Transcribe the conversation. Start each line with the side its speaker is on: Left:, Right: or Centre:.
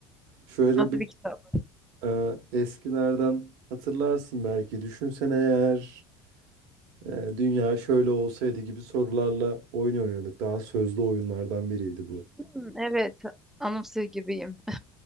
Right: Şöyle
Centre: Nasıl
Right: bir
Centre: bir kitap?
Right: e, eskilerden hatırlarsın belki. Düşünsene eğer e, dünya şöyle olsaydı gibi sorularla oyun oynuyorduk. Daha sözlü oyunlardan biriydi bu.
Centre: Hmm, evet. Anımsıyor gibiyim.